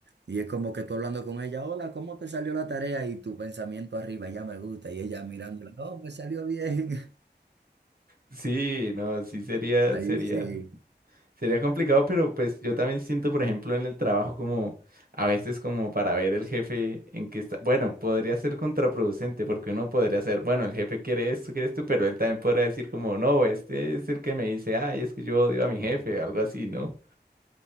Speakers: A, on the right; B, on the right.
A: Y es como que tú hablando con ella, hola, ¿cómo te salió la tarea? Y tu pensamiento arriba, ella me gusta, y ella mirándola, no, me salió bien. <laughs>
B: Sí, no, sí sería,
A: Ahí
B: sería.
A: sí.
B: Sería complicado, pero pues yo también siento, por ejemplo, en el trabajo como a veces como para ver el jefe en qué está. Bueno, podría ser contraproducente porque uno podría ser, bueno, el jefe quiere esto, quiere esto, pero él también podría decir como, no, este es el que me dice, ay, es que yo odio a mi jefe, algo así, ¿no?